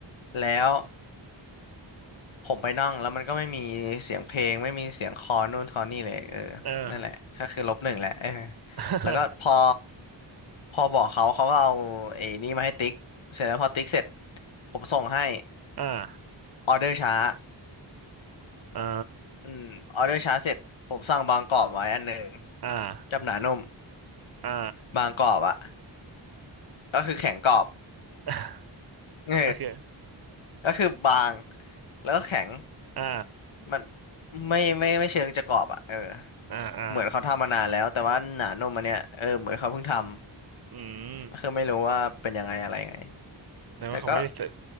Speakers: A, on the left; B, on the right.
A: แล้วผมไปนั่งแล้วมันก็ไม่มีเสียงเพลงไม่มีเสียงคอนู่นคอนี่เลยเออ
B: เออ
A: นั่นแหละก็คือลบหนึ่งแหละเออ
B: <laughs>
A: แล้วก็พอพอบอกเขาเขาก็เอาไอ้นี่มาให้ติ๊กเสร็จแล้วพอติ๊กเสร็จผมส่งให้
B: อ่า
A: ออเดอร์ช้า
B: อ่า
A: อืมออเดอร์ช้าเสร็จผมสั่งบางกรอบไว้อันหนึ่ง
B: อ่า
A: จับหนานุ่ม
B: อ่า
A: บางกรอบอะก็คือแข็งกรอบ
B: <laughs>
A: เออ
B: โอเค
A: ก็คือบางแล้วก็แข็ง
B: อ่า
A: มันไม่ไม่ไม่เชิงจะกรอบอ่ะเออ
B: อ่าอ่า
A: เหมือนเขาทำมานานแล้วแต่ว่าหนานมอันเนี้ยเออเหมือนเขาเพิ่งทำ
B: อืม
A: ก็คือไม่รู้ว่าเป็นยังไงอะไรไง
B: แต่ว่าเขาไม่ได้เสิร์ฟ
A: แต่ก็